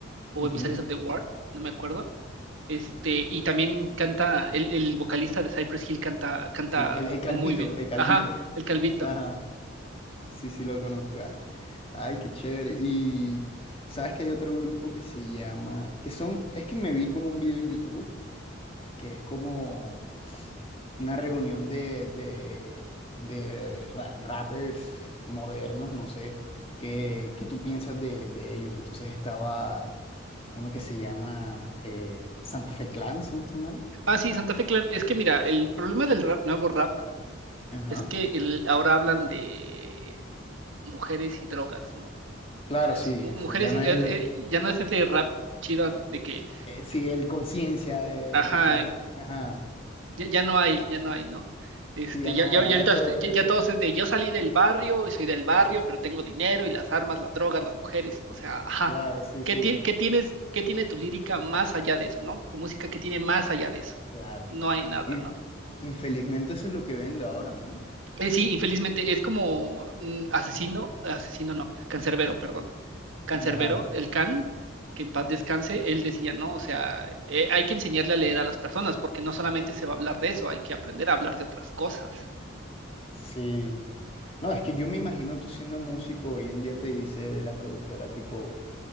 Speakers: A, on the right; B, on the left.
A: o
B: ujú,
A: Emissaries of the Ward, no me acuerdo. Este, y también canta, el, el vocalista de Cypress Hill canta, canta
B: sí, el, el Calvito,
A: muy bien.
B: el Calvito.
A: Ajá, el calvito.
B: Ajá, sí, sí, lo conozco. Ah, Ay, qué chévere. Y sabes que hay otro grupo que se llama, que son, es que me vi como un video en YouTube que es como una reunión de, de, de ra- rappers modernos, no sé, qué, qué tú piensas de, de ellos. Entonces estaba uno que se llama eh, Santa Fe Clan, si no estoy mal.
A: Ah, sí, Santa Fe Clan. Es que mira, el problema del rap- nuevo rap
B: Ajá.
A: es que el- ahora hablan de mujeres y drogas, ¿no? O
B: Claro,
A: sea,
B: sí,
A: es mu-
B: o sea,
A: mujeres
B: ya no
A: y
B: es
A: eh,
B: el,
A: eh, ya no es ese rap chido de que...
B: eh, sí, el conciencia de,
A: Ajá,
B: de crear la... Ajá,
A: Ya, ya no hay, ya no hay, ¿no? Este,
B: sí, ya
A: ya,
B: no hay,
A: ya,
B: ahora
A: ya ahorita
B: todo
A: este- ya,
B: es...
A: ya todos es de yo salí del barrio y soy del barrio, pero tengo dinero y las armas, las drogas, las mujeres. O sea, ajá.
B: Claro, sí,
A: ¿Qué,
B: sí,
A: ti- qué tienes, qué tiene tu lírica más allá de eso, ¿no? Tu música, ¿qué tiene más allá de eso?
B: claro.
A: No hay nada,
B: In-
A: ¿no?
B: infelizmente eso es lo que vende ahora, ¿no?
A: Eh, sí, infelizmente es como mm, asesino, asesino no, cancerbero, perdón. Cancerbero,
B: Ajá.
A: el can, que en paz descanse, él decía, ¿no? O sea, eh, hay que enseñarle a leer a las personas, porque no solamente se va a hablar de eso, hay que aprender a hablar de otras cosas.
B: Sí. No, es que yo me imagino tú siendo músico, hoy en día te dice la productora tipo,